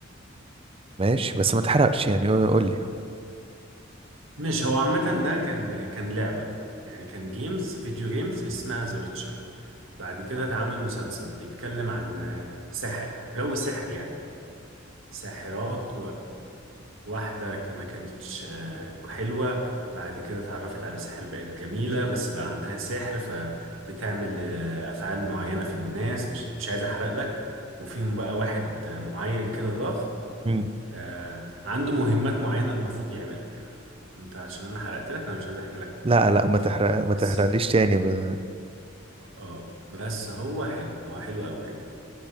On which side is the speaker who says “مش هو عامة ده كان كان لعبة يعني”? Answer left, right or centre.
Right